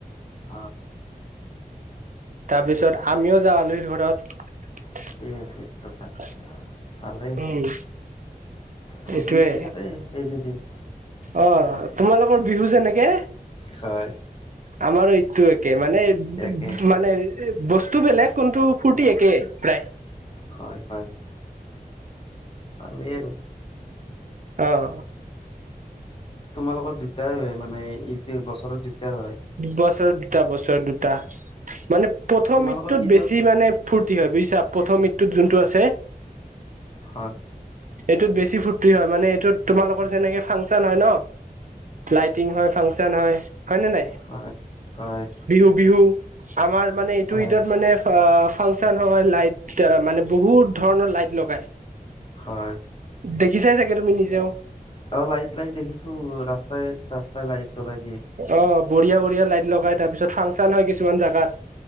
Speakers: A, on the left (about 35°); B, on the right (about 55°).
A: অ
B: তাৰপিছত আমিও যাওঁ আলহীৰ ঘৰত।
A: ঠিকেই আছে তোমাৰ ভালেই
B: উম।
A: ফূৰ্তি
B: এইটোৱে
A: লাগি থাকে এইকেইদিন। <unintelligible>
B: অ তোমালোকৰ বিহু যেনেকে
A: হয়।
B: আমাৰ এইটো একে মানে
A: একে
B: মানে বস্তু বেলেগ কোনটো ফুৰ্তি একে প্ৰায়।
A: হয় হয় ভালেই আৰু
B: আহ।
A: তোমাৰ লগত দুতাই হয় মানে ইদ। এক বছৰত দিগদাৰ হয়।
B: বছৰত দুটা বছৰ দুটা মানে প্ৰথম
A: তোমালোকৰ
B: ঈদটোত
A: ঈদত
B: বেছি মানে ফূৰ্তি হয় বুজিছা প্ৰথম ঈদ যোনটো আছে
A: হয়
B: এইটোত বেছি ফূৰ্তি হয় মানে এইটোত তোমালোকৰ যেনেকে ফাংচন হয় ন। লাইটিং হয় ফাংচন হয়। হয় নাই
A: হয় হয়
B: বিহু বিহু আমাৰ মানে ইটো
A: হয়
B: ঈদত মানে ফাংচন হয় লাইট মানে বহুত ধৰণৰ লাইট লগাই
A: হয়।
B: দেখি চাই চাগে তুমি নিজেও
A: অ লাইট লাইট দেখিছো ৰাস্ত <unintelligible> ৰাস্তাই লাইট জ্বলাই দিয়ে।
B: অ বঢ়িয়া বঢ়িয়া লাইট লগাই তাৰপিছত ফাংচন হয় কিছুমান জাগাত।